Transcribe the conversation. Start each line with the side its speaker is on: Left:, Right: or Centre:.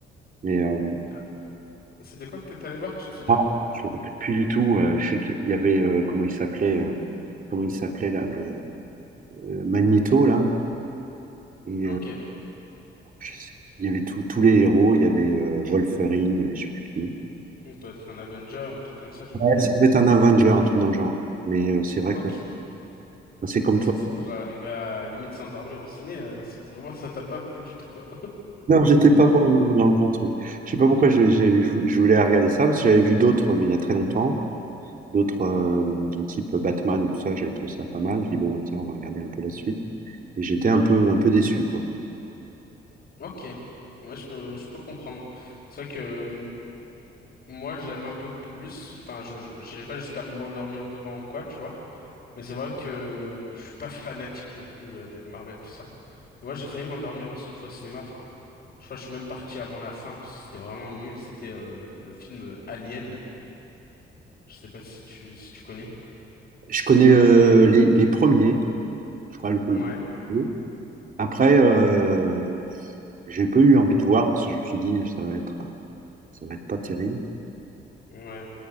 Right: Mais euh,
Left: Ah, C'était quoi que t'étais allé voir, tu te souviens?
Right: ah, je me rappelle plus du tout. Euh, je sais qu'il y avait euh, comment il s'appelait, euh, comment il s'appelait là, le, euh, Magneto là. Et
Left: Ok.
Right: euh, je sais- il y avait tous tous les héros. Il y avait euh, Wolverine, il y avait je sais plus qui.
Left: On doit être un Avenger, un truc comme ça, du
Right: Ouais,
Left: coup.
Right: ça devait être un Avenger, un truc dans le genre. Mais euh, c'est vrai
Left: Ok.
Right: que enfin, c'est comme toi.
Left: C'est fou pour arriver à limite s'endormir au ciné, euh, c'est que vraiment <laughs> ça t'a pas plu du tout, quoi.
Right: Non, j'étais pas dans dans le bon truc. Je sais pas pourquoi j'ai- j'ai- je, je voulais regarder ça, parce que j'avais vu d'autres, mais il y a très longtemps, d'autres euh, type Batman, tout ça, j'avais trouvé ça pas mal. Je dis bon, bah, tiens, on va regarder un peu la suite. Et j'étais un peu, un peu déçu, quoi.
Left: Ok. Ouais, je peux, je peux comprendre. C'est vrai que hum, moi, j'aime un peu plus, enfin, je, je- j'irai pas jusqu'à m'endormir devant ou quoi, tu vois. Mais c'est vrai que je suis pas <laughs> fanatique non plus euh, des Marvel, tout ça. Mais Moi, j'ai failli m'endormir aussi une fois au cinéma, enfin. Je crois que je suis même parti avant la fin, parce que c'était vraiment nul. C'était euh, le film euh, Alien. Je sais pas si tu, si tu connais.
Right: Je connais le- les, les premiers, je crois le, le
Left: Ouais.
Right: premier. Après, euh, j'ai pas eu envie de voir parce que je me suis dit ça va être, euh, ça va être pas terrible.
Left: Ouais.